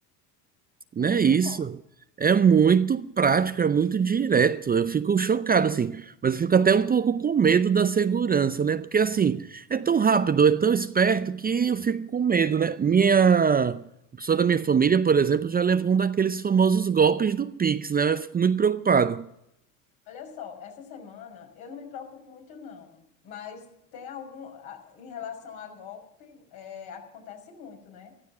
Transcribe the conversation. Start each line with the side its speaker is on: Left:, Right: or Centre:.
Right: Não
Left: É muito
Right: é isso.
Left: bom.
Right: É muito prático, é muito direto. Eu fico chocado, assim. Mas eu fico até um pouco com medo da segurança, né? Porque, assim, é tão rápido, é tão esperto que eu fico com medo, né? Minha. Uma pessoa da minha família, por exemplo, já levou um daqueles famosos golpes do Pix, né? Eu fico muito preocupado.
Left: Olha só, essa semana eu não me preocupo muito não, mas tem algum, a- em relação a golpe, é, acontece muito, né?